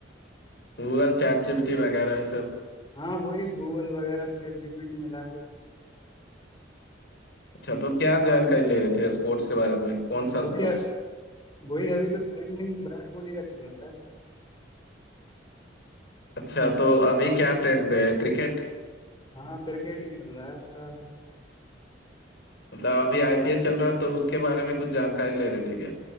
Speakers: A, on the left; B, on the left.
A: गूगल चैट जीपीटी वगैरह ये सब
B: हाँ वही गूगल वगैरह चैट जीपीटी मिला के
A: अच्छा तो क्या जानकारी ले रहे थे स्पोर्ट्स के बारे में कौन सा
B: वही
A: स्पोर्ट्स
B: वही अभी तो ट्रेंडिंग विराट कोहली का चल रहा है
A: अच्छा तो अभी क्या ट्रेंड पे है क्रिकेट
B: हाँ क्रिकेट ही चल रहा है उसका
A: मतलब अभी आईपीएल चल रहा है तो उसके बारे में कुछ जानकारी ले रहे थे क्या